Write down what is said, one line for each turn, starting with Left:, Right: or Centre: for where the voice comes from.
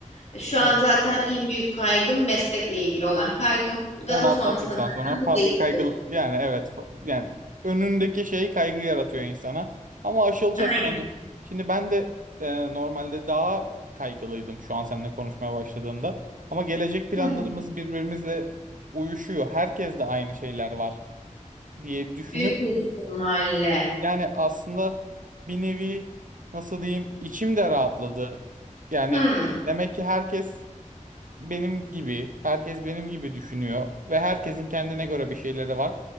Left: E, Şu
Right: hı.
Left: an zaten en büyük kaygım meslekle ilgili olan kaygım. Daha
Right: Onu atlattıktan
Left: sonrasında zaten
Right: sonra farklı
Left: bu değişir.
Right: kaygı yani evet fa- yani önündeki şey kaygı yaratıyor insana. Ama aşılacak
Left: Aynen.
Right: yani. Şimdi ben de e, normalde daha kaygılıydım şu an seninle konuşmaya başladığımda. Ama gelecek planlarımız
Left: Hı hı.
Right: birbirimizle uyuşuyor. Herkes de aynı şeyler var diye düşünüp
Left: Büyük ihtimalle.
Right: yani aslında bir nevi nasıl diyeyim içim de rahatladı. Yani
Left: Hı
Right: demek ki herkes benim gibi, herkes benim gibi düşünüyor ve herkesin kendine göre bir şeyleri var.